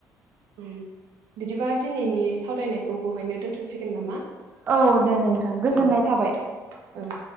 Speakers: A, on the right; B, on the right.
A: उ बिदिब्ला दिनैनि सावरायनायखौ बेहायनो दोन्थ'सिगोन नामा?
B: औ दे नोंथां गोजोननाय
A: ओं
B: थाबाय
A: दे ओं